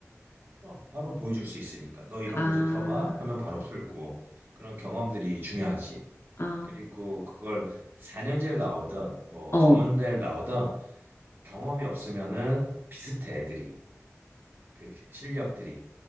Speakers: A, on the right; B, on the left.
A: 어, 바로 보여줄 수 있으니까 너 이런
B: 아,
A: 문제 풀어봐 하면 바로 풀고 그런 경험들이 중요하지.
B: 아,
A: 그리고 그걸 4년제 를 나오든 뭐
B: 어,
A: 전문대를 나오든 경험이 없으면은 비슷해 애들이 그 실력들이